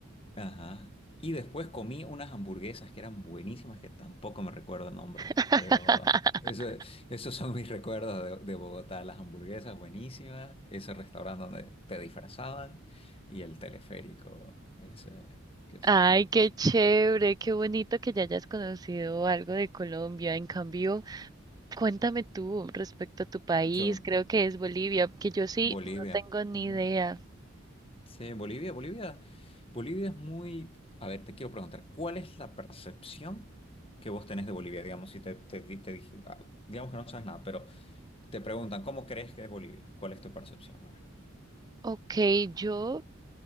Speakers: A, on the left; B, on the right.
A: ajá. Y después comí unas hamburguesas que eran buenísimas, que tampoco me recuerdo el nombre,
B: <laughs>
A: pero eso, e, esos son mis recuerdos de, de Bogotá, las hamburguesas buenísimas, ese restaurante donde te disfrazaban y el teleférico ese que
B: Ay,
A: subí.
B: qué chévere, qué bonito que ya hayas conocido algo de Colombia. En cambio, cuéntame tú respecto a tu país,
A: Yo,
B: creo que es Bolivia, porque yo sí
A: Bolivia.
B: no tengo ni
A: ujú.
B: idea.
A: Sí, Bolivia, Bolivia. Bolivia es muy... A ver, te quiero preguntar, ¿cuál es la percepción que vos tenés de Bolivia? Digamos, si te, te, di- te dije- ah, digamos que no sabes nada, pero... Te preguntan, ¿cómo crees que es Bolivia? ¿Cuál es tu percepción? A ver.
B: Ok, yo